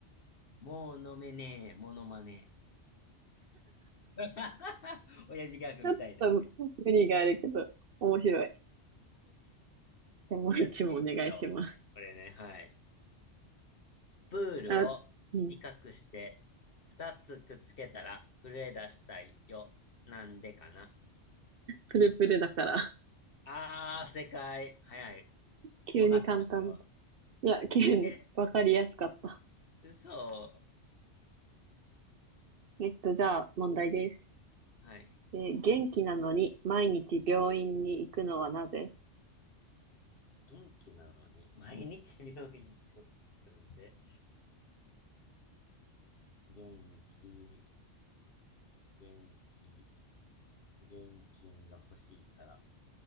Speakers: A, on the left; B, on the right.
A: もう飲めねえ、モノマネ。<laughs> 親父ギャグみたいなんで。
B: ちょっと無理があるけど、面白い。でもう一問お願いします。
A: じゃあ次、またを。これね、はい。プールを短くして、
B: あ、うん。
A: 二つくっつけたら震え出したいよ。なんでかな。
B: プルプルだから。
A: あー、正解。早い。
B: 急に簡単。
A: わかってた、これは。
B: いや、急にわかりやすかった。
A: え、嘘。
B: えっと、じゃあ、問題です。
A: はい。
B: えー元気なのに毎日病院に行くのはなぜ
A: 元気なのに、毎日病院に行くので、元気、元気、現金が欲しいから。